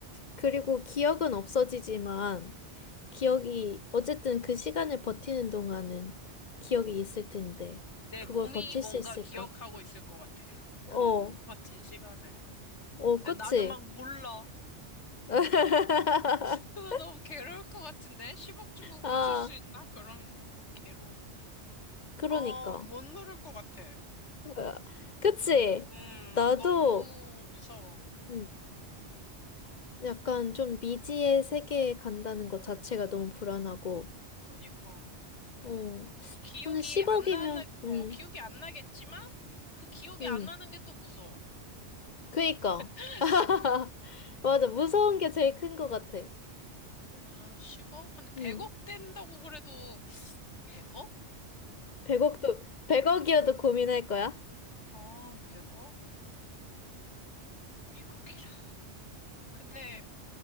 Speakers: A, on the left; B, on the left.
A: 그리고 기억은 없어지지만 기억이, 어쨌든 그 시간을 버티는 동안은 기억이 있을 텐데,
B: 내
A: 그걸
B: 몸이
A: 버틸
B: 뭔가
A: 수 있을까?
B: 기억하고 있을 것 같아.
A: 어,
B: 그 버틴 시간을.
A: 어,
B: 근데
A: 그치?
B: 나는 막 몰라.
A: <laughs>
B: 그거 너무 괴로울 것 같은데? 10억 주고 고칠
A: 아,
B: 수 있나? 그런 괴로움.
A: 그러니까.
B: 아, 못 누를 것 같아.
A: 으아, 그치?
B: 음,
A: 나도,
B: 너무 무서워.
A: 음, 약간 좀 미지의 세계에 간다는 것 자체가 너무 불안하고,
B: 그니까.
A: 어,
B: 기억이
A: 한 10억이면,
B: 안 나는, 어,
A: 음,
B: 기억이 안 나겠지만, 그 기억이
A: 음,
B: 안 나는 게 또 무서워.
A: 그니까.
B: <laughs>
A: <laughs> 맞아, 무서운 게 제일 큰 것 같아.
B: 한 10억? 한 100억
A: 음.
B: 된다고 그래도 100억?
A: 백억도 백억이어도 고민할 거야?
B: 아, 100억? 100억이라. 근데